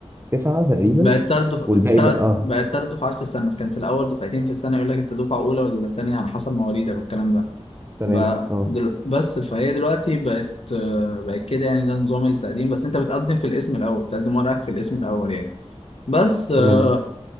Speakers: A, on the right (about 25°); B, on the left (about 65°).
A: لتسعة تقريبا
B: بقت تلات دف...
A: والباقي
B: تلات
A: بقى اه
B: بقت تلات دفعات في السنة كان في الأول دفعتين في السنة يقول لك أنت دفعة أولى ولا تانية على حسب مواليدك والكلام ده
A: تمام
B: بقى
A: اه
B: دل... بس فهي دلوقتي بقت آه، بقت كده يعني ده نظام التقديم بس أنت بتقدم في الاسم الأول بتقدم ورقك في الاسم الأول يعني بس آه،
A: تمام